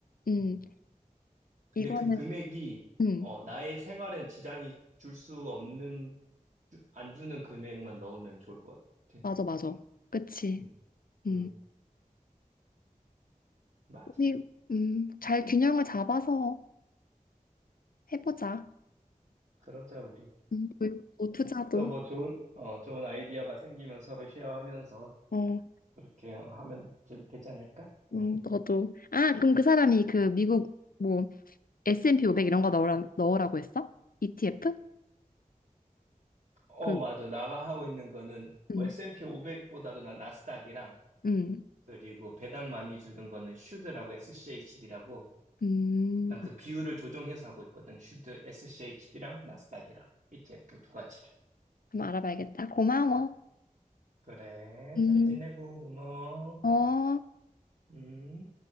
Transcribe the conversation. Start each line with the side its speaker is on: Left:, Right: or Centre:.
Left: 음,
Right: 음. 근데
Left: 이거는,
Right: 그 금액이,
Left: 음,
Right: 어, 나의 생활엔 지장이 줄 수 없는 주- 안 주는 금액만 넣으면 좋을 것 같아.
Left: 맞아, 맞아. 그치.
Right: 음,
Left: 음,
Right: 음, 맞아.
Left: 우리, 음, 잘 균형을 잡아서 해보자.
Right: 그러자, 우리.
Left: 음, 교육도, 투자도,
Right: 또 뭐 좋은, 어, 좋은 아이디어가 생기면 서로 쉐어하면서
Left: 어,
Right: 그렇게 하면 되, 되지 않을까?
Left: 음,
Right: 응.
Left: 너도. 아, 그럼 그 사람이 그 미국 뭐 S&P 500 이런 거 넣으라, 넣으라고 했어? ETF?
Right: 어,
Left: 그,
Right: 맞아. 나가 하고 있는 거는 뭐
Left: 음.
Right: S&P 500보다도 난 나스닥이랑
Left: 음,
Right: 그리고 배당 많이 주는 거는 슈드라고 SCHD라고
Left: 음,
Right: 난 그 비율을 조정해서 하고 있거든. 슈드 SCHD랑 나스닥이랑 ETF 두 가지를.
Left: 한번 알아봐야겠다. 고마워.
Right: 그래.
Left: 음,
Right: 잘 지내고 고마워.
Left: 어.
Right: 음.